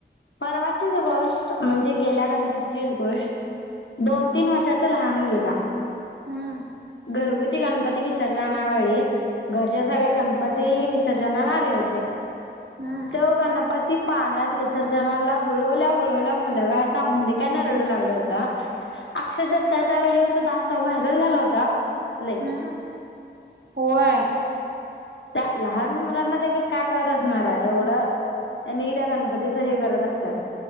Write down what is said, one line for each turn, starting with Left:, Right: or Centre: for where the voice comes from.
Left: परवाचीच गोष्ट म्हणजे गेल्या गणपतीचीच गोष्ट. दोन तीन वर्षाचा लहान मुलगा
Right: हम्म!
Left: घरगुती गणपती विसर्जना वेळी घरच्या सगळे्या गणपती विसर्जनाला आले होते.
Right: हं.
Left: तो गणपती पाळण्यात विसर्जनाला बुळवल्या बुळवल्या मुलगा असा हुंदिक्यान रडू लागला होत. अक्षरशात त्याचा व्हिडिओ सुद्धा असा व्हायरल झाला होता. प्ले
Right: ह होय.
Left: त्या लहान मुलांना देखील काय कळत असणार आहे. एवढं त्यांनी त्या गणपतीचं हे करत असतात.